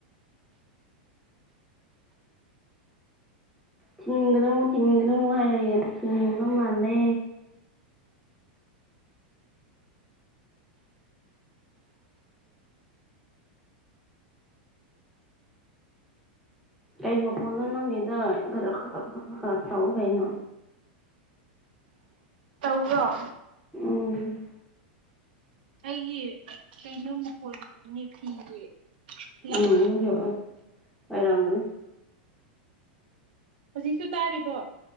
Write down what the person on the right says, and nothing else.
ꯇꯧꯕ꯭ꯔꯣ
ꯑꯩꯒꯤ ꯀꯩꯅꯣ ꯃꯈꯣꯅꯤ ꯐꯤꯒꯤ ꯂꯪ
ꯍꯧꯖꯤꯛꯁꯨ ꯇꯥꯔꯤꯕꯣ